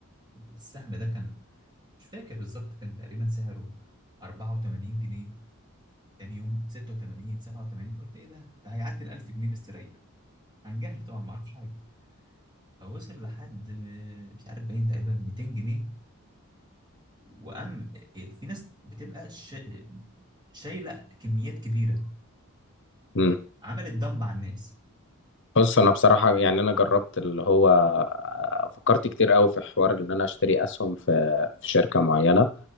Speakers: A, on the right; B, on the left.
A: السهم ده كان مش فاكر بالظبط كان تقريبا سعره 84 جنيه تاني يوم 86 87 قلت ايه ده ده هيعدي ال 1000 جنيه مستريح عن جهل طبعا ما اعرفش حاجه فوصل لحد مش عارف باين تقريبا 200 جنيه وأم في ناس بتبقى شا... شايلة كميات كبيرة
B: امم
A: عملت دمب على الناس
B: بص انا بصراحه يعني انا جربت اللي هو آه، فكرت كتير قوي في حوار ان انا اشتري اسهم في في شركه معينه